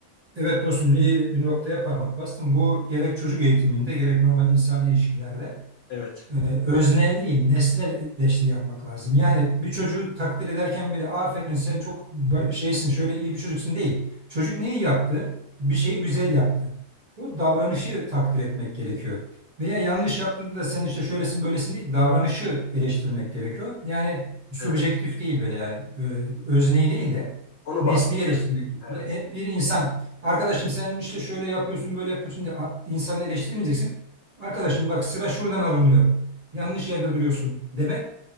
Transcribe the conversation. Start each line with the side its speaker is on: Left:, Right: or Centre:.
Right: Evet dostum iyi bir noktaya parmak bastın. Bu gerek çocuk eğitiminde gerek normal insan ilişkilerde
Left: evet.
Right: e, öznel değil, nesnel eleştiri yapmak lazım. Yani bir çocuğu takdir ederken bile aferin sen çok ba- şeysin, şöyle iyi bir çocuksun değil. Çocuk neyi yaptı? Bir şeyi güzel yaptı. Bu davranışı takdir etmek gerekiyor. Veya yanlış yaptığında da sen işte şöylesin böylesin değil, davranışı eleştirmek gerekiyor. Yani subjektif
Left: Evet.
Right: değil böyle yani ö- özneyi değil de
Left: Onu
Right: nesneyi
Left: bazlı
Right: eleştirmek
Left: yani.
Right: gerekiyor.
Left: Evet.
Right: E, Bir insan arkadaşım sen işte şöyle yapıyorsun böyle yapıyorsun diye a- insanı eleştirmeyeceksin. Arkadaşım bak sıra şuradan alınıyor yanlış yerde duruyorsun demek.